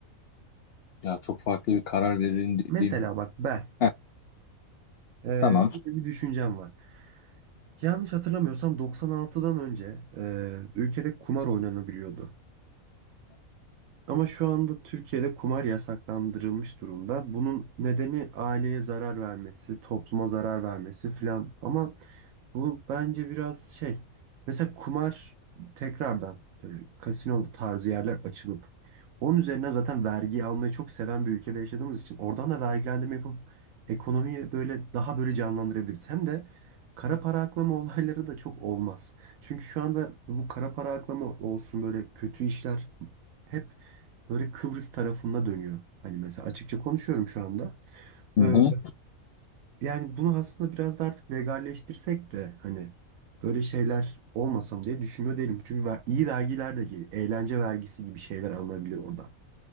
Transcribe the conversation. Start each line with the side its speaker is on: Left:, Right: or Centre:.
Left: Ya çok farklı bir karar verelim dediğim.
Right: Mesela bak ben
Left: Heh,
Right: Ee,
Left: tamam.
Right: şöyle bir düşüncem var. Yanlış hatırlamıyorsam 96'dan önce e, ülkede kumar oynanabiliyordu. Ama şu anda Türkiye'de kumar yasaklandırılmış durumda. Bunun nedeni aileye zarar vermesi, topluma zarar vermesi filan. Ama bu bence biraz şey. Mesela kumar tekrardan böyle kasino tarzı yerler açılıp onun üzerine zaten vergi almayı çok seven bir ülkede yaşadığımız için oradan da vergilendirme yapıp ekonomiyi böyle daha böyle canlandırabiliriz. Hem de kara para aklama <laughs> olayları da çok olmaz. Çünkü şu anda bu kara para aklama olsun böyle kötü işler hep böyle Kıbrıs tarafında dönüyor. Hani mesela açıkça konuşuyorum şu anda.
Left: Hı
Right: Ee,
Left: hı.
Right: yani bunu aslında biraz da artık legalleştirsek de hani böyle şeyler olmasam diye düşünüyor değilim. Çünkü ver- iyi vergiler de geliyor. Eğlence vergisi gibi şeyler alınabilir oradan.